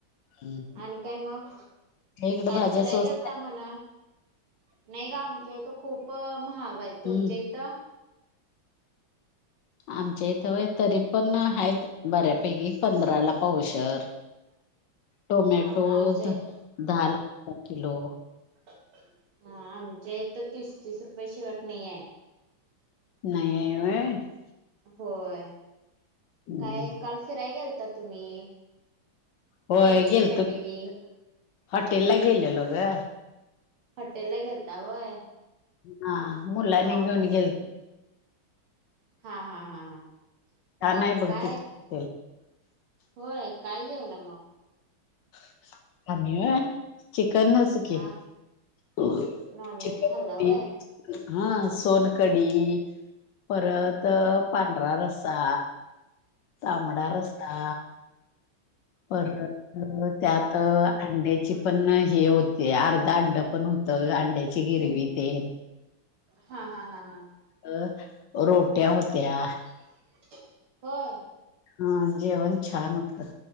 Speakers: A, on the left (about 70°); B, on the right (about 80°).
A: तुमच्या
B: आणि काय मग?
A: इकडं
B: काय
A: भाज्या
B: फिराय
A: स्वस्त
B: गेलता
A: आहेत?
B: म्हणा. नाही ग आमच्या इथ खूप महाग आहेत तुमच्या
A: हम्म
B: इथं-
A: आमच्या इथं तरी पण आहेत बऱ्यापैकी पंधराला पावशर.
B: <inaudible>
A: टोमॅटो
B: हा आमचे
A: द धाला पाव किलो.
B: हा. आमच्या इथ तीस तीस रुपये शेवट नाही आहे.
A: नाही <unintelligible>
B: होय
A: हम्म.
B: काय काल फिराय गेलता तुम्ही
A: होय
B: फॅमिली
A: गेल
B: फॅमिली
A: तू <inaudible> हॉटेल ला गेले लो ग.
B: हॉटेल ला गेलता होय.
A: हा मुला
B: हा.
A: नि घेऊन गेल्त.
B: हा हा हा हा.
A: का
B: मग
A: नाही बघते.
B: काय
A: <inaudible>
B: होय काय जेवला मग?
A: <inaudible> आमही व चिकन नसकी,
B: हा
A: हो,
B: नॉनव्हेज
A: <unintelligible>
B: खाल्ला व्हय.
A: हा सोनकडी परत पांढरा रसा तांमडा रस्ता, बर, त्यात अंड्याची पण हे होती अर्धा अंड पण होतं अंड्याची गिरवी तेल
B: हा हा हा हा हा.
A: अ रोट्या होत्या
B: <unintelligible> हो,
A: हा अं जेवण छान होत